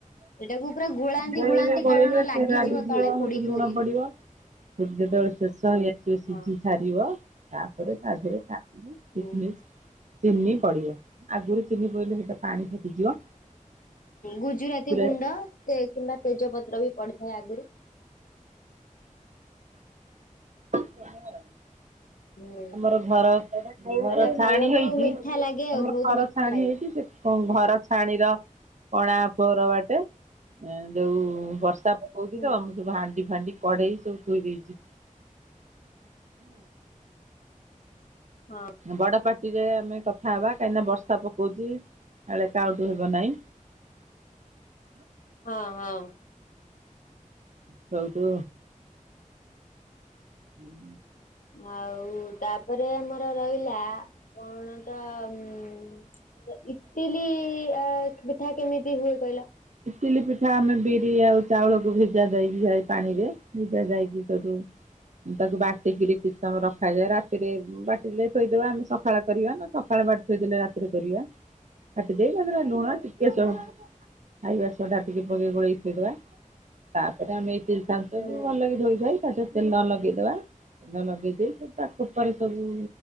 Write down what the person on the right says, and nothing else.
ଗୋଳେଇବେ
ଗୋଳେଇବେ
ସେ ଲାଗିଯିବ
ସେଟୁ ଲୁଣ
ପଡି ଯେତେବେଳେ ଶେଷ ହେଇ ଆସିବ ସିଝି
ସାରିବ ତାପରେ ତା ଦିଅରେ କାଜୁ
କିସ୍ ମିସ୍। ଚିନି ପଡିବନି ଆଗରୁ ଚିନି ପଇଲେ ସେଟା ପାଣି ଫାଟିଯିବ।
ପୁରା
<unintelligible>
ଆମର ଘର ଘର
ଛାଆଣି ହେଇଚି
ଆମର
ଘର
ଛାଆଣି
ହେଇଛି ସେ ଘର ଛାଆଣିର କଣା ପୋର ବାଟେ ଯୋଉ ବର୍ଷା ହୋଉଚି
ତ ତ ମୁଁ ସବୁ ହାଣ୍ଡି ଫାଣ୍ଡି କଢେଇ ସବୁ ଥୋଇ ଦେଇଚି।
ବଡ ପାଟିରେ ଆମେ କଥା ହେବା କାହିଁକିନା ବର୍ଷା ପକଉଛି। କାଳେ ସାଉଣ୍ଡ ହେବ ନାହିଁ।
ସେଇଠୁ <inaudible>
ଇଟିଲି ପିଠା ଆମେ ବିରି ଆଉ ଚାଉଳକୁ ଭିଜା ଜାଇକି ଯାଏ ପାଣିରେ ଭିଜା ଯାଇକି ତାକୁ ତାକୁ ବାଟିକିରି କିଛି ସମୟ ରଖାଯାଏ ରାତିରେ ବାଟିଲେ ଥୋଇଦବା ଆମେ ସଖାଳେ କରିବା ନା। ସକାଳେ ବାଟି ଥୋଇଦେଲେ ରାତିରେ କରିବା ବାଟି ଦେଇ ତାଥିରେ ଲୁଣ ଟିକେ
ସୋ ଖାଇବା ସୋଡା ଟିକେ ପକେଇ ଗୋଳେଇ ଥୋଇଦବା ତାପରେ ଆମେ ଇଟିଲି ଚ୍ଛାଞ୍ଚକୁୁ
ଭଲକି ଧୋଇ ଧୁଆଇ ତାଦେହରେ ତେଲ ଲଗେଇଦବା ତେଲ ଲଗେଇ ଦେଇ ସବୁ ତାକୁ ଖୋପରେ ସବୁ